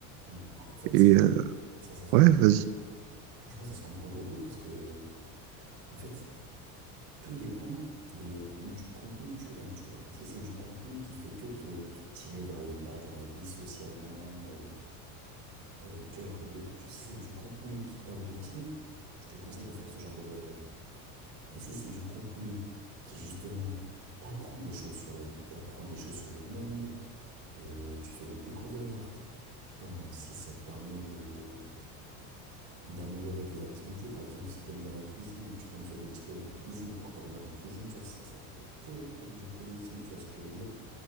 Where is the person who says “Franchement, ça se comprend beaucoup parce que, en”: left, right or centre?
Right